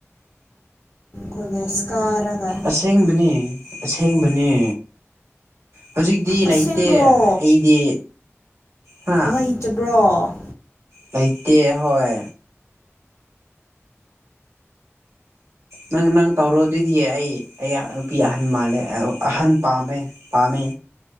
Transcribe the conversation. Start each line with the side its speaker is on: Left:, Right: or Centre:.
Left: ꯀꯣꯂꯦꯁ ꯀꯥꯔꯒ
Right: ꯑꯁꯦꯡꯕꯅꯤ ꯑꯁꯦꯡꯕꯅꯤ ꯍꯧꯖꯤꯛꯇꯤ
Left: ꯑꯁꯦꯡꯕ꯭ꯔꯣ
Right: ꯂꯩꯇꯦ ꯑꯩꯗꯤ ꯍꯥ
Left: ꯂꯩꯇꯕ꯭ꯔꯣ
Right: ꯂꯩꯇꯦ ꯍꯣꯏ ꯅꯪ ꯅꯪ ꯇꯧꯔꯣ ꯑꯗꯨꯗꯤ ꯑꯩ ꯑꯩ ꯅꯨꯄꯤ ꯑꯍꯟ ꯃꯥꯜꯂꯦ ꯑꯍꯟ ꯄꯥꯝꯃꯦ ꯄꯥꯝꯃꯦ